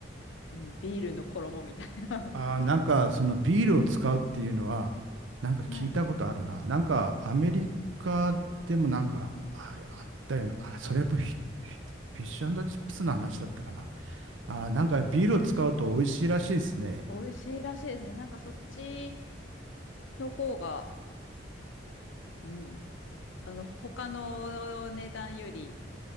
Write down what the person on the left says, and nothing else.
うん、ビールの衣みたいな
<laughs> はい。
美味しいらしいですね。なんかそっちの方が、うん、あの、他の値段より、